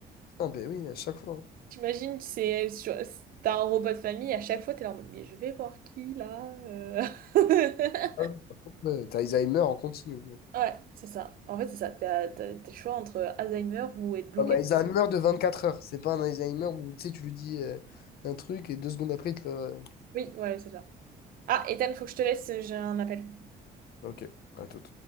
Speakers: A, on the left; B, on the right.
A: Ah, ben oui, à chaque fois.
B: T'imagines, c'est sur... t'as un repas de famille, à chaque fois, t'es là en mode, mais je vais voir qui là euh <laughs>
A: hein. Ouais, par contre, ouais, t'as Alzheimer en continu, quoi.
B: Ouais, c'est ça. En fait, c'est ça. T'as, t'as- t'as le choix entre Alzheimer ou être bloqué.
A: Ouais, mais Alzheimer de 24 heures. C'est pas un Alzheimer où tu sais, tu lui dis euh, un truc et deux secondes après, il te le.
B: Oui, ouais, c'est ça. Ah, Ethan, faut que je te laisse, j'ai un appel.
A: Ok, à tout.